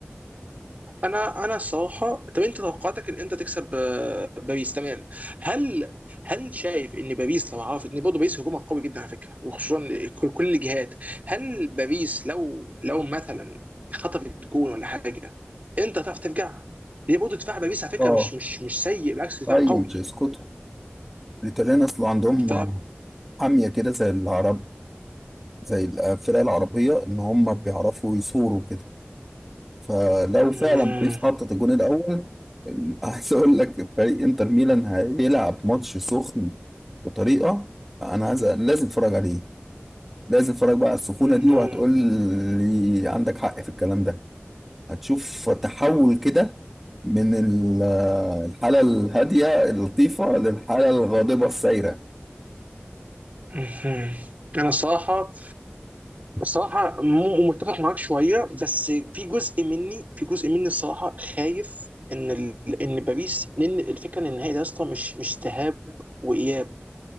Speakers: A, on the right; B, in the centre.
A: انا انا الصراحه طب انت توقعاتك ان انت تكسب آه، باريس تمام هل هل شايف ان باريس لو عرفت ان برضه باريس هجومها قوي جدا على فكره وخصوصا كل كل الجهات هل باريس لو لو مثلا خطفت جون ولا حاجه انت هتعرف ترجع هي برضه دفاع باريس على فكره
B: اه
A: مش مش مش سيء بالعكس دفاع
B: ايوه
A: قوي
B: تشيسكوتو الإيطاليان أصله عندهم
A: ف
B: آه، حامية كده زي العرب زي الفرق العربية إن هم بيعرفوا يصوروا كده فلو
A: مهم.
B: فعلا بيس حطت الجون الأول ال- <laughs> عايز أقول لك فريق إنتر ميلان هيلعب ماتش سخن بطريقة أنا عايز لازم أتفرج عليه لازم أتفرج بقى على السخونة
A: مهم.
B: دي وهتقول لي عندك حق في الكلام ده هتشوف تحول كده من ال- الحالة الهادية اللطيفة للحالة الغاضبة السايرة
A: مهم. انا الصراحه الصراحة م- متفق معاك شوية بس في جزء مني في جزء مني الصراحة خايف ان ال... ان باريس لان الفكرة ان النهائي ده يا اسطى مش مش ذهاب وإياب